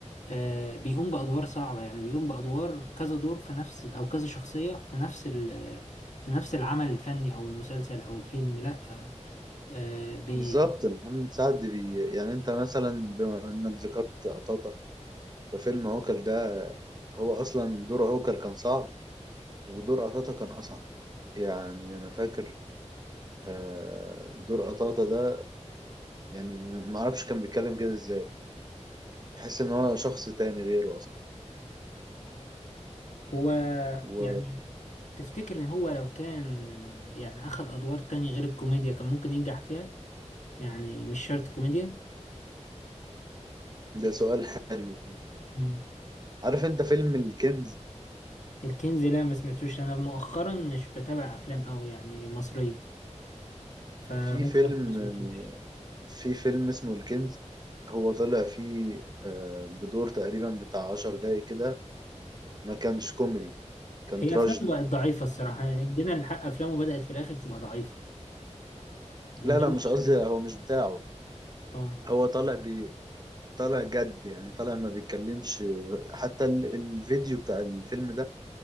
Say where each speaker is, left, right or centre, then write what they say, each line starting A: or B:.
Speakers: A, on the left (about 75°); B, on the right (about 35°).
A: آه، بيقوم بأدوار صعبة يعني بيقوم بأدوار كذا دور في نفس أو كذا شخصية في نفس ال في نفس العمل الفني أو المسلسل أو الفيلم لأ آه بي
B: بالظبط محمد سعد بي... يعني انت مثلا بما انك ذكرت قطاطا ففيلم عوكل ده هو اصلا دور عوكل كان صعب ودور قطاطا كان اصعب يعني انا فاكر آه، دور قطاطا ده يعني معرفش كان بيتكلم كده ازاي تحس ان هو شخص تاني غيره
A: هو
B: وده
A: يعني تفتكر هو لو كان آه، يعني أخذ أدوار تانية غير الكوميديا كان ممكن ينجح فيها يعني مش شرط كوميديا
B: سؤال حلو
A: مم.
B: عارف انت فيلم الكنز
A: الكنز لا ما سمعتوش أنا مؤخرا مش بتابع أفلام أوي يعني مصرية فممكن
B: في فيلم
A: أكون ما سمعتوش
B: في فيلم اسمه الكنز هو طلع فيه آه، بدور تقريبا بتاع عشر دقايق كده ما كانش كوميدي كان
A: هي
B: تراجيدي
A: أفلامه بقت ضعيفة الصراحة يعني جينا الحق أفلامه بدأت في الآخر تبقى ضعيفة ده
B: لا
A: اللي
B: لا مش قصدي
A: أنا حاسه.
B: هو مش بتاعه
A: اه
B: هو طالع بي طالع جد يعني طالع ما بيتكلمش حتى ال- الفيديو بتاع الفيلم ده